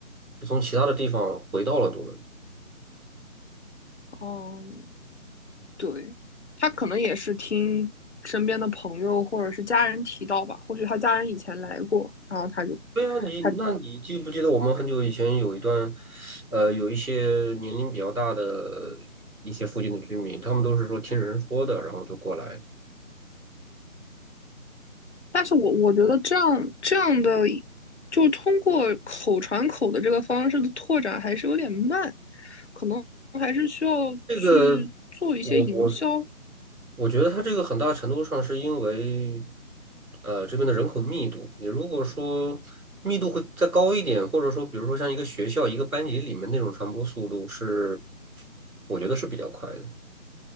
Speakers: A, on the right (about 85°); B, on the left (about 50°).
A: 是从其他的地方回到了多伦多。
B: 嗯。对，他可能也是听身边的朋友或者是家人提到吧，或许他家人以前来过，然后他就
A: 对啊，你那你记不记得我们很久以前有一段，
B: 他，
A: 呃，有一些年龄比较大的一些附近的居民，他们都是说听人说的，然后就过来。
B: 但是我我觉得这样这样的，就通过口传口的这个方式的拓展还是有点慢，可能还是需要去做一些营销。
A: 这个我我我觉得它这个很大程度上是因为，呃，这边的人口密度。你如果说密度会再高一点，或者说，比如说像一个学校、一个班级里面那种传播速度是，我觉得是比较快的。